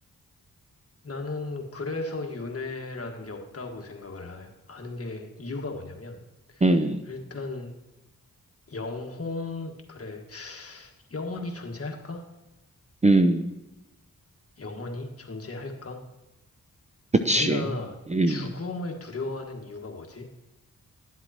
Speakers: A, on the left; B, on the right.
A: 나는 그래서 윤회라는 게 없다고 생각을 하, 하는 게 이유가 뭐냐면,
B: 음.
A: 일단, 영혼, 그래, 영혼이 존재할까?
B: 음.
A: 영혼이 존재할까?
B: 그치.
A: 우리가
B: 음.
A: 죽음을 두려워하는 이유가 뭐지?